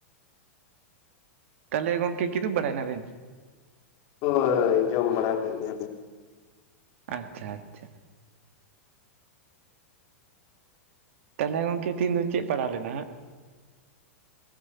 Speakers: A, on the right; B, on the left.
A: ᱛᱟᱦᱚᱞᱮ ᱜᱚᱝᱠᱮ ᱠᱤᱫᱩᱵ ᱵᱟᱲᱟᱭ ᱱᱟ ᱵᱮᱱ
B: ᱦᱳᱭ ᱡᱚᱢ ᱢᱟᱲᱟ ᱠᱮ ᱜᱮᱭᱟᱞᱤᱧ
A: ᱟᱪᱷᱟ ᱟᱪᱷᱟ ᱛᱟᱦᱚᱞᱮ ᱜᱚᱢᱠᱮ ᱛᱮᱦᱮᱧ ᱫᱚ ᱪᱮᱫ ᱯᱟᱲᱟᱣ ᱞᱮᱱᱟ ᱦᱟᱸ